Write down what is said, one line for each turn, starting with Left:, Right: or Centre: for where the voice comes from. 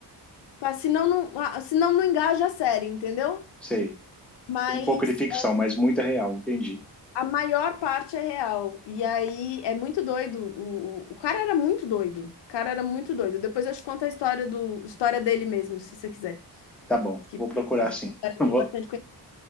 Left: pá, senão não, ah, senão não engaja a série, entendeu?
Centre: Sei,
Left: Mas
Centre: tem um pouco de ficção, mas muita real, entendi.
Left: A maior parte é real. E aí é muito doido. O, o, o cara era muito doido. O cara era muito doido. Depois eu te conto a história do, história dele mesmo, se você quiser.
Centre: Tá bom,
Left: Que
Centre: vou
Left: tem,
Centre: procurar sim.
Left: a história dele
Centre: Não vou,
Left: é bastante conhecida. <laughs>